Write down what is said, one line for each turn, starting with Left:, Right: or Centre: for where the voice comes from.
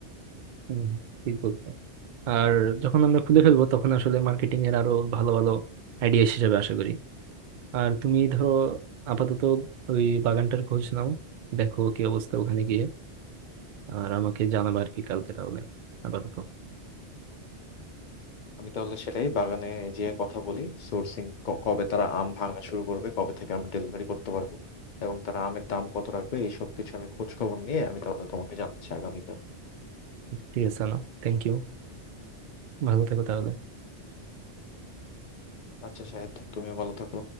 Right: হম, ঠিক বলছো আর যখন আমরা খুলে ফেলবো তখন আসলে মার্কেটিং এর আরো ভালো ভালো আইডিয়া হিসেবে আশা করি আর তুমি ধরো আপাতত ওই বাগানটার খোঁজ নাও দেখো কি অবস্থা ওখানে গিয়ে আর আমাকে জানাবা আর কি কালকে তাহলে আপাতত
Left: আমি তাহলে সেটাই বাগানে যেয়ে কথা বলি সোর্সিং কবে তারা আম ভাঙা শুরু করবে কবে থেকে আমরা ডেলিভারি করতে পারবো এবং তারা আমের দাম কত রাখবে এইসব কিছু আমি খোঁজ খবর নিয়ে আমি তাহলে তোমাকে জানাচ্ছি আগামীকাল
Right: ঠিক আছে না Thank you ভালো থেকো তাহলে
Left: আচ্ছা সাহেব তুমিও ভালো থাকো